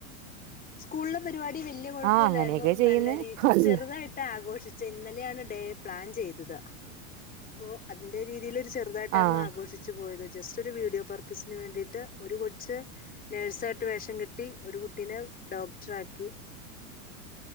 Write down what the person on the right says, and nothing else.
ആഹ് അങ്ങനെയൊക്കെ ചെയ്യുന്നേ
അല്ല
ആഹ്